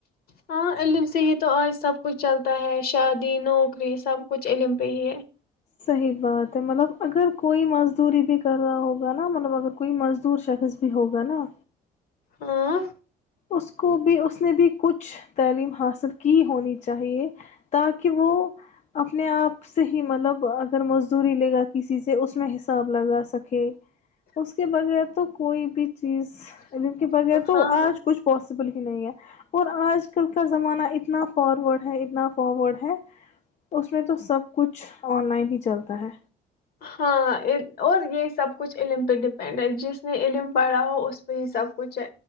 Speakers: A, on the left; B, on the left.
A: ہاں علم سے ہی تو آج سب کچھ چلتا ہے شادی نوکری سب کچھ علم پہ ہی ہے
B: صحیح بات ہے مطلب اگر کوئی مزدوری بھی کر رہا ہوگا نا مطلب اگر کوئی مزدور شخص بھی ہوگا نا
A: ہاں
B: اس کو بھی اس نے بھی کچھ تعلیم حاصل کی ہونی چاہیے تاکہ وہ اپنے آپ سے ہی مطلب اگر مزدوری لے گا کسی سے اس میں حساب لگا سکے اس کے بغیر تو کوئی بھی چیز علم کے بغیر تو
A: ہاں
B: اج
A: ہاں
B: کچھ پاسبل ہی نہیں ہے اور آج کل کا زمانہ اتنا فارورڈ ہے اتنا فارورڈ ہے اس میں تو سب کچھ آن لائن ہی چلتا ہے
A: ہاں اور یہ سب کچھ علم پہ ڈیپینڈ ہے جس نے علم پایا ہو اس پہ یہ سب کچھ ہے